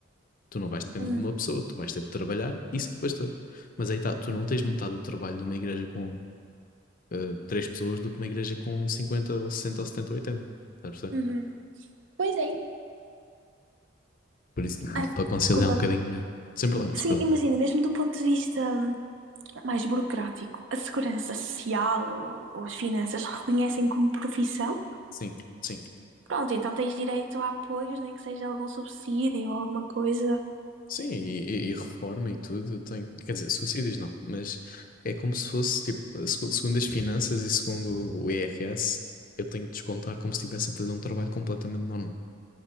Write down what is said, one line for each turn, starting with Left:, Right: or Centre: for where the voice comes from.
Left: Tu não vais depender
Right: Hum,
Left: de uma pessoa, tu vais ter de trabalhar e ser pastor. Mas aí está, tu não tens metade do trabalho numa igreja com eh, três pessoas do que uma igreja com 50, ou 60 ou 70 ou 80. Estás a perceber?
Right: uhum. Pois é.
Left: Por isso, dá
Right: Ai,
Left: para conciliar
Right: desculpa.
Left: um bocadinho melhor. Sem problema,
Right: Sim,
Left: sem problema.
Right: imagina, mesmo do ponto de vista hum, mais burocrático, a segurança social ou, ou as finanças reconhecem como profissão.
Left: Sim, sim.
Right: Pronto, então tens direito a apoios, nem que seja algum subsídio ou alguma coisa.
Left: Sim, e, e- e reforma e tudo, eu tenho, quer dizer, suicídios não, mas é como se fosse, tipo, segu- segundo as finanças e segundo o IRS, eu tenho de descontar como se estivesse a fazer um trabalho completamente normal.